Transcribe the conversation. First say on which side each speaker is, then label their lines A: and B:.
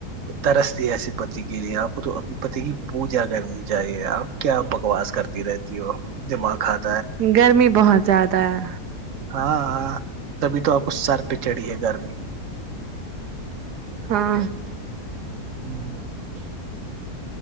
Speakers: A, on the right; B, on the right.
A: ترستی ایسے پتی کے لیے آپ کو تو اپنے پتی کی پوجا کرنی چاہیے اب کیا بکواس کرتی رہتی ہو دماغ کھاتی
B: گرمی بہت زیادہ ہے
A: ہاں ہاں تبھی تو آپ کو سر پہ چڑی ہے گرمی
B: ہاں
A: ہوں